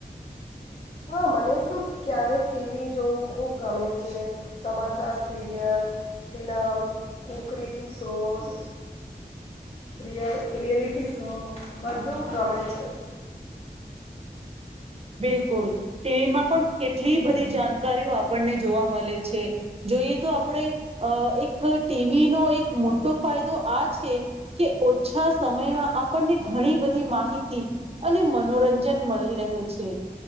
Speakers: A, on the left; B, on the right.
A: હા મને તો ક્યારેક ટીવી જોવું ખૂબ ગમે છે. સમાચાર સીરિયલ ફિલ્મ કુકરી, શોઝ. રિય રિયલિટી શો બધું ગમે છે.
B: બિલકુલ, ટીવીમાં પણ કેટલી બધી જાણકારીઓ આપણને જોવા મળે છે. જોઈએ તો આપણે અ એક ટીવીનો એક મોટો ફાયદો આ છે. કે ઓછા સમયમાં આપણને ઘણી બધી માહિતી. અને મનોરંજન મળી રહે છે,